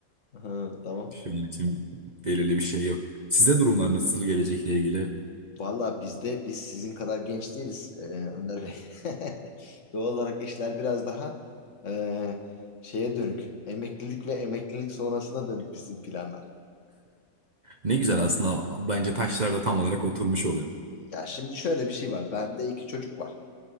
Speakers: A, on the left; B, on the right.
A: <laughs> Hı, tamam.
B: Şu an için belirli bir şey yok. Size durumlar nasıl gelecekle ilgili?
A: Vallahi bizde biz sizin kadar genç değiliz e, Önder Bey. <laughs> Doğal olarak işler biraz daha e, şeye dönük. Emeklilik ve emeklilik sonrasına dönük bizim planlar.
B: Ne güzel aslında bence taşlar da tam olarak oturmuş oluyor.
A: Ya şimdi şöyle bir şey var. Bende iki çocuk var.